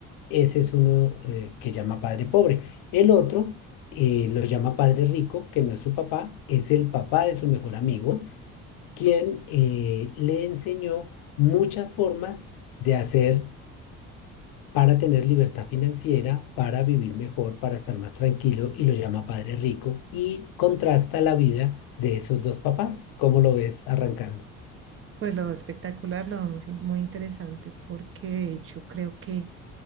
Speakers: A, on the left; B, on the right.
A: ese es uno eh, que llama padre pobre. El otro eh, lo llama padre rico, que no es su papá, es el papá de su mejor amigo, quien eh, le enseñó muchas formas de hacer para tener libertad financiera, para vivir mejor, para estar más tranquilo y lo llama padre rico y contrasta la vida de esos dos papás, ¿cómo lo ves arrancando?
B: Pues lo espectacular, lo muy, muy interesante, porque de hecho creo que